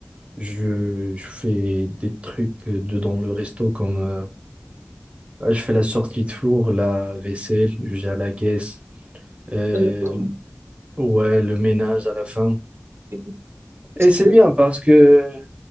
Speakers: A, on the right; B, on the right.
A: je, je fais des trucs dedans le resto comme euh, je fais la sortie de four, la vaisselle, je gère la caisse. Euh,
B: D'accord.
A: ouais, le ménage à la fin.
B: Mhm. C'est
A: Et c'est
B: bien.
A: bien parce que